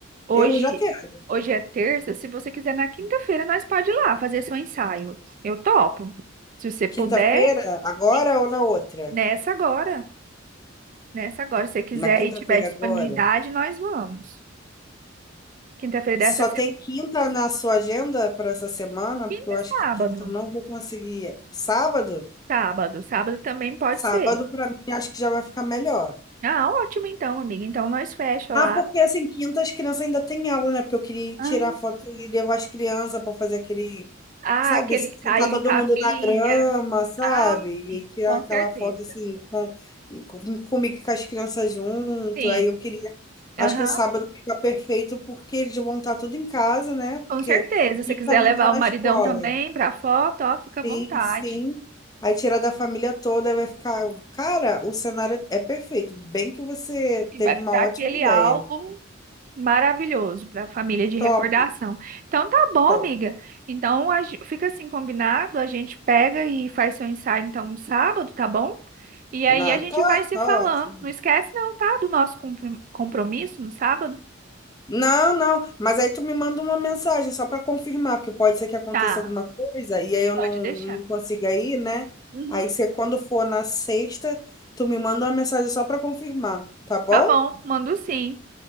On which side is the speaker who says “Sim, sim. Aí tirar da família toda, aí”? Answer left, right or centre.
Left